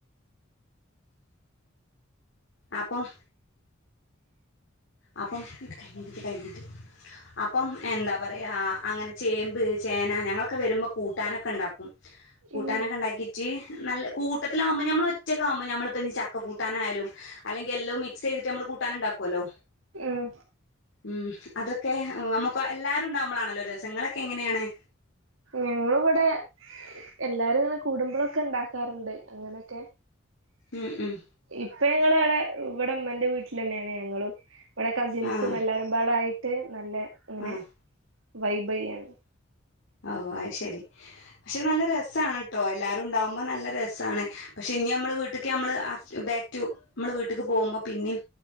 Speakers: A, on the left; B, on the right.
A: അപ്പം അപ്പം കഴിഞ്ഞിട്ടി് കഴിഞ്ഞിട്ട് അപ്പം എന്താ പറയാ അങ്ങനെ ചേമ്പ് ചേന ഞങ്ങളൊക്കെ വരുമ്പോ കൂട്ടാനൊക്കെ ഇണ്ടാക്കും കൂട്ടാനൊക്കെ
B: ഉം
A: ഇണ്ടാക്കിട്ട് നല്ല കൂട്ടത്തിലാവുമ്പോ ഞമ്മള് ഒറ്റക്കാകുമ്പോ ഞമ്മള്പ്പഞ്ഞി ചക്ക കൂട്ടാനായാലും അല്ലെങ്കില് എല്ലോം മിക്സ് ചെയ്ത്ട്ട് ഞമ്മള് കൂട്ടാന്ണ്ടാക്കോലോ
B: ഉം
A: ഊം അതൊക്കെ നമ്മക്ക് എല്ലാരും ഉണ്ടാവുമ്പളാണല്ലോ രസങ്ങളൊക്കെ ങ്ങനേണ്.
B: ഞങ്ങളിവിടെ എല്ലാരും ഇങ്ങനെ കൂടുമ്പള്ളൊക്കെ ഉണ്ടാക്കാറ്ണ്ട് അങ്ങനൊക്കെ
A: ഊം ഊം
B: ഇപ്പ ഞങ്ങള് അവ്ടെ ഇവ്ടെ ഇമ്മന്റെ വീട്ട്ലെന്നേണ് ഞങ്ങളും ഇവ്ടെ കസിൻസും
A: ആഹ്
B: എല്ലാരും പാടായി ട്ട് നല്ല ഇങ്ങനെ
A: ആഹ്
B: വൈബെയ്യാണ്.
A: ഓ ആയ് ശെരി പക്ഷെ നല്ല രസാണ് ട്ടോ എല്ലാരും ഉണ്ടാവുമ്പോ നല്ല രസമാണ് പക്ഷെ ഇനി നമ്മള് വീട്ട്ക്ക് നമ്മള് ബാക്ക് ടു നമ്മള് വീട്ട്ക്ക് പോകുമ്പോ പിന്നീം